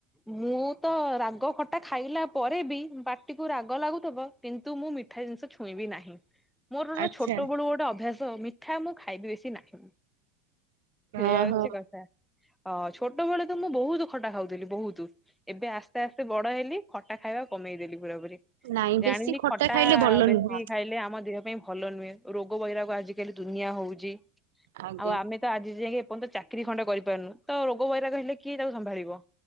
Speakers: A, in the centre; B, on the right.
A: ମୁଁ ତ ରାଗ ଖଟା ଖାଇଲା ପରେ ବି ପାଟିକୁ ରାଗ ଲାଗୁଥିବ କିନ୍ତୁ ମୁଁ ମିଠା ଜିନିଷ ଛୁଇଁବି ନାହିଁ। ମୋର ଏରା
B: ଆଚ୍ଛା,
A: ଛୋଟବେଳୁ ଗୋଟେ ଅଭ୍ୟାସ। ମିଠା ମୁଁ ଖାଇବି ବେଶି ନାହିଁ। ସେଇଆ
B: ଓହୋ
A: ହଉଛି କଥା ଅ ଛୋଟ ବେଳେ ତ ମୁଁ ବହୁତ ଖଟା ଖାଉଥିଲି ବହୁତ। ତୁ ଏବେ ଆସ୍ତେ ଆସ୍ତେ ବଡ ହେଲି ଖଟା ଖାଇବା କମେଇଦେଲି ପୁରାପୁରୀ।
B: ନାଇଁ
A: ଜାଣିଲି
B: ବେଶୀ
A: ଖଟା
B: ଖାଇଲେ ଭଲ
A: ବେଶୀ
B: ନୁହଁ।
A: ଖାଇଲେ ଆମ ଦେହ ପାଇଁ ଭଲ ନୁହେଁ। ରୋଗ ବଇରାଗ ଆଜିିକାଲି ଦୁନିଆ ହୋଉଛି।
B: ଆଜ୍ଞା।
A: ଆଉ ଆମେ ତ ଆଜିଜାଙ୍କେ ଏପର୍ଯ୍ୟନ୍ତ ଚାକିରି ଖଣ୍ଡେ କରିପାରୁନୁ ତ ରୋଗ ବୈରାଗ ହେଲେ କିଏ ତାକୁ ସମ୍ଭାଳିବ।